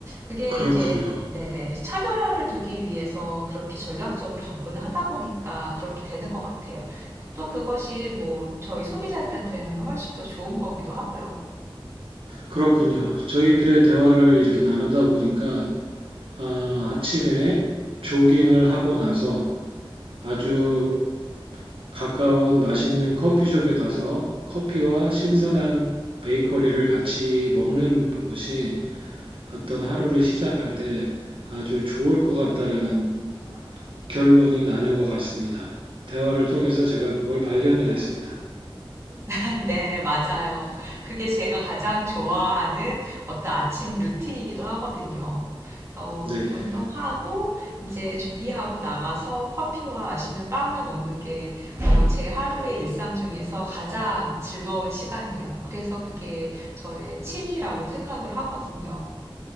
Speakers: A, on the right; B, on the right.
A: 그게
B: 그렇군요.
A: 이제 네네 그래서 차별화를 두기 위해서 그렇게 전략적으로 접근을 하다 보니까 그렇게 되는 것 같아요. 또 그것이 뭐 저희 소비자들한테는 훨씬 더 좋은 거기도 하고요.
B: 그렇군요. 저희들의 대화를 이렇게 나누다 보니까 아, 아침에 조깅을 하고 나서 아주 가까운 맛있는 커피숍에 가서 커피와 신선한 베이커리를 같이 먹는 것이 어떤 하루를 시작할 때 아주 좋을 것 같다라는 결론이 나는 것 같습니다. 대화를 통해서 제가 그걸 발견을 했습니다.
A: <laughs> 네, 맞아요. 그게 제가 가장 좋아하는 어떤 아침 루틴이기도 하거든요. 그래서
B: 네,
A: 운동하고 이제 준비하고 나가서 커피와 맛있는 빵을 먹는 게 어, 제 하루의 일상 중에서 가장 즐거운 시간이에요. 그래서 그게 저의 취미라고 생각을 하거든요.